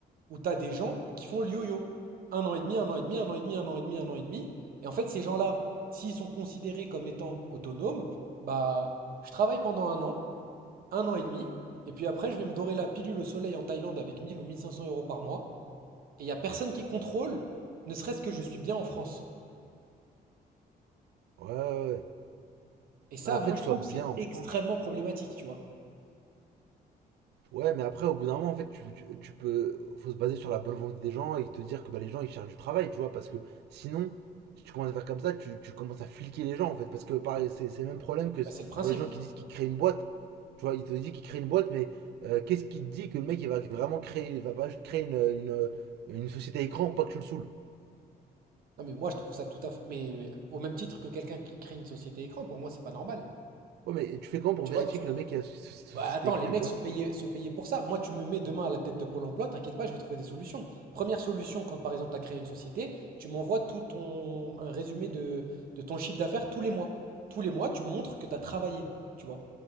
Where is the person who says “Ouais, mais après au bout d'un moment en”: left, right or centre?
Right